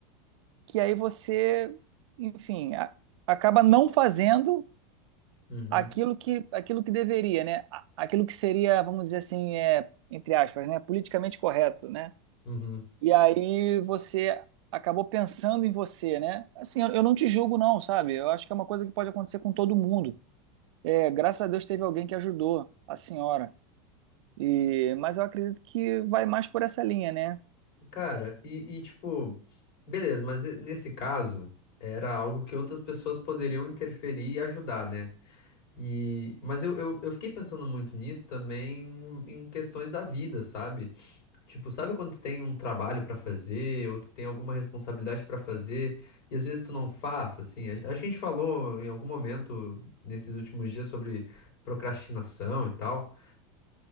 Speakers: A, on the right (about 75°); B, on the left (about 45°).
A: que aí você, enfim, a- acaba não fazendo
B: Uhum,
A: aquilo que, aquilo que deveria, né? A- Aquilo que seria, vamos dizer assim, é, entre aspas, né? Politicamente correto, né?
B: uhum.
A: E aí você acabou pensando em você, né? Assim, eu eu não te julgo, não, sabe? Eu acho que é uma coisa que pode acontecer com todo mundo. É, graças a Deus teve alguém que ajudou a senhora. E, mas eu acredito que vai mais por essa linha, né?
B: Cara, e, e, tipo, beleza, mas e- nesse caso era algo que outras pessoas poderiam interferir e ajudar, né? E, mas eu, eu, eu fiquei pensando muito nisso também em questões da vida, sabe? Tipo, sabe quando tu tem um trabalho pra fazer ou tu tem alguma responsabilidade pra fazer e às vezes tu não faz, assim? A- Acho que a gente falou em algum momento nesses últimos dias sobre procrastinação e tal.